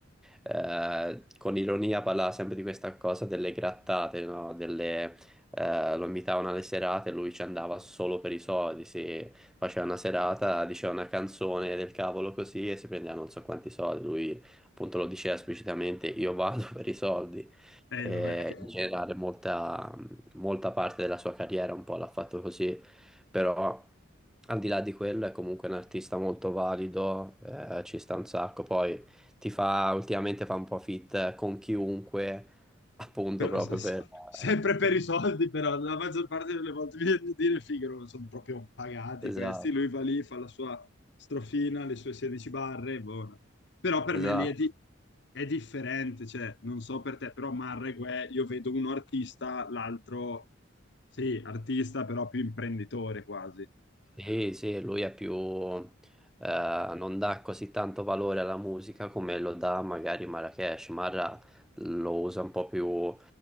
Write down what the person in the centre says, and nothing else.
eh, con ironia parlava sempre di questa cosa delle grattate, no? Delle, eh, lo invitavano alle serate, lui ci andava solo per i soldi, si faceva una serata, diceva una canzone del cavolo così e si prendeva non so quanti soldi, lui appunto lo diceva esplicitamente, io vado <laughs> per i soldi.
Eh,
in generale molta, molta parte della sua carriera un po' l'ha fatto così, però al di là di quello è comunque un artista molto valido, eh, ci sta un sacco, poi ti fa ultimamente fa un po' fit con chiunque, appunto,
proprio
per...
per-
Esatto,
esatto.
Sì, sì, lui è più, eh, non dà così tanto valore alla musica come lo dà magari Marrakesh. Marra lo usa un po' più